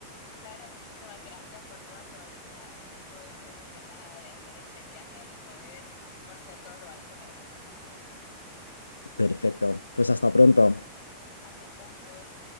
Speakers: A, on the left (about 45°); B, on the left (about 80°).
A: Claro, muchísimas gracias por toda tu ayuda. Estoy muy emocionada de hacer este viaje y poder conocer todos los lugares que me recomendaste.
B: Perfecto. Pues hasta pronto.
A: Hasta pronto.